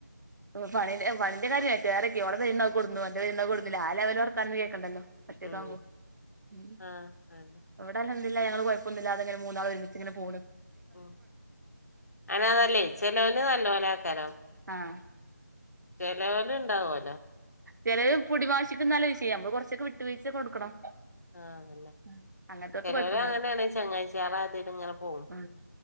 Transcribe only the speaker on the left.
ഉം
ആഹ് അതെ
ഉ അനെതല്ലേ ചെിലവന് നല്ല പോലെ ആക്കാരോ
ചലവല ഉണ്ടാവുമലോ
ആഹ് അതന്നെ
ചെലോര്
അങ്ങനെയാണ് ചങ്ങാഴ്ചികളെ അതില് ഇങ്ങനെ പോവും